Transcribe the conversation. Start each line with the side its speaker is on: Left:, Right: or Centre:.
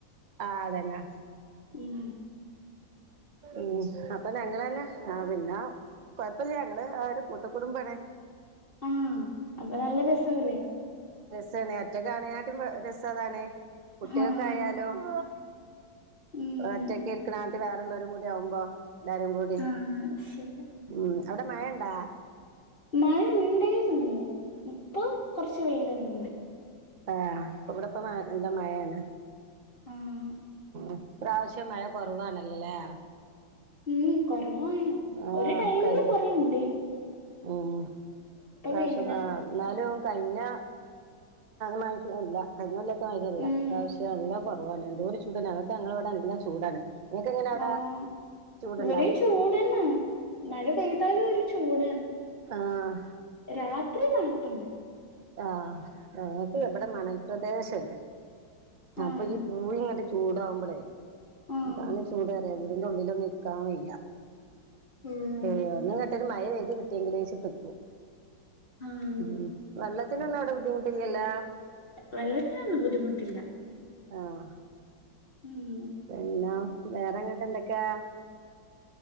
Right: ആ അതെന്നാ
Left: ഉം
Right: ഉ അപ്പൊ ഞങ്ങള് തന്നെ ആ പിന്നെ കൊഴപ്പില്ല്യാ ഇങ്ങള് ആ ഒരു കൂട്ട കൂട്ടുകുടുംബാണ്
Left: ആഹ് അപ്പ നല്ല രസവല്ലേ
Right: ചേനയാ റ്റകാണിയാട്ടുംപോ രസദാണേ കുട്ടികൾക്കായാലോ
Left: ആ
Right: <inaudible>
Left: ഉം
Right: ഒറ്റക്കിക്കണ ആ ട്ടിവേറൊള്ളോരും കൂടി ആവുമ്പോ ല്ലാരും കൂടി
Left: ആഹ് ശരി
Right: ഉം അവിടെ മഴയ്ണ്ടാ
Left: മഴ ണ്ടായ്ര്ന്നു. ഇപ്പോ കൊറച്ച് വെയില് വന്ന്ണ്ട്.
Right: ആഹ്. ഇവിടെപ്പ മ എന്താ മഴേണ്.
Left: ആഹ്
Right: ഇപ്പ്രാവശ്യം മഴ കുറവാണല്ലലേ?
Left: ഉം കൊ കൊറവാണ്
Right: ആഹ്
Left: ഒരു ടൈമില്
Right: കഴിഞ്ഞു
Left: കുറേണ്ടേനു.
Right: ഉം ഇപ്രാവശ്യം
Left: വെയിലാണ്
Right: ആഹ് എന്നാലും കഴിഞ്ഞ മഴയിട്ട് ഇല്ല കഴിഞ്ഞൊല്ലത്- ത്തമാരിയല്ല
Left: ഉം
Right: ഇപ്രാവശ്യം നല്ലകൊറ- വാണ് എന്തോരു ചൂടാ ഞങ്ങക്ക് ഞങ്ങൾവ്ട നല്ല ചൂടാണ്. നിങ്ങക്ക് എങ്ങനെ അവിടെ
Left: ആഹ്
Right: ചൂടുണ്ടാ
Left: ഇവിടെയും ചൂടെന്നെ മഴ പെയ് പെയ്ത്താലും ഒരു ചൂടാണ്
Right: ആഹ്
Left: രാത്രി തണുപ്പുണ്ട്
Right: ആഹ് ഞങ്ങക്ക്
Left: ഉം
Right: ബടെ മണൽപ്രദേശ ത്ത്ണ് അപ്പൊ
Left: ആഹ്
Right: ഈ പൂഴി ഇങ്ങട്ട് ചൂടാവുമ്പളെ
Left: ആഹ്
Right: ഇന്താണ് ചൂട് അറിയ അയിന്റെ ഉള്ളിലൊന്നും ഇരിക്കാൻ വയ്യ
Left: ഉം
Right: ഹേന്നങ്ങട്ടെ <unintelligible> മഴ പെയ്ത് കിട്ടിയെങ്കിലിൽ വേച്ചിട്ടിക്കും
Left: ആഹ്
Right: ഉം വെള്ളത്തിനൊന്നും അവിടെ ബുദ്ധിമുട്ടില്ലല്ലോ
Left: വെള്ളത്തിനൊന്നും ബുദ്ധിമുട്ടില്ല
Right: ആഹ്
Left: ഉം
Right: പിന്നാഹ് വേറെങ്ങട്ട് എന്തൊക്കെ